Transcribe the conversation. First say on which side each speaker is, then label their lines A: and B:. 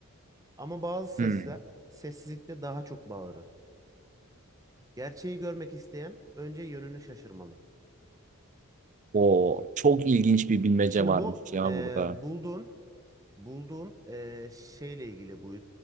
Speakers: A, on the right; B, on the right.
A: Ama bazı sesler
B: Hmm.
A: sessizlikte daha çok bağırır. Gerçeği görmek isteyen önce yönünü şaşırmalı.
B: Oo, çok ilginç bir bilmece
A: Şimdi
B: varmış
A: bu
B: ya
A: e,
B: burada.
A: bulduğun bulduğun e, şeyle ilgili bu